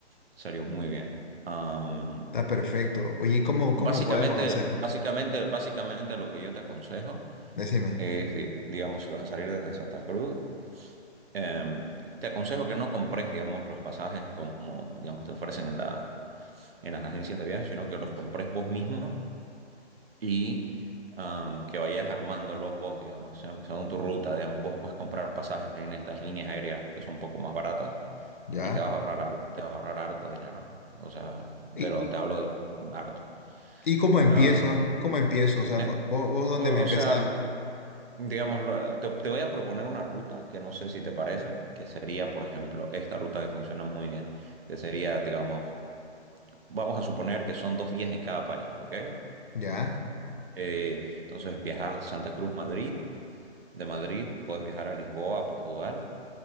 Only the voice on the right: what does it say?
salió muy bien. Am,
básicamente,
básicamente, básicamente lo que yo te aconsejo
es, di- digamos, si vas a salir desde Santa Cruz, em, te aconsejo que no compres, digamos, los pasajes como, digamos, te ofrecen en la- en las agencias de viajes, sino que los compres vos mismo y am, que vayas armándolos vos, digamos, se- según tu ruta, digamos, vos puedes comprar pasajes en estas líneas aéreas que son un poco más baratas
y te vas a ahorrar, har- te vas a ahorrar harto dinero, o sea,
pero
te hablo de harto.
Am,
eh,
o
o sea, digamos, lo- te, te voy a proponer una ruta que no sé si te parece, que sería, por ejemplo, esta ruta que funciona muy bien, que sería, digamos, vamos a suponer que son dos días en cada país, ¿ok?
Eh, entonces viajas a Santa Cruz, Madrid, De Madrid puedes viajar a Lisboa, a Portugal.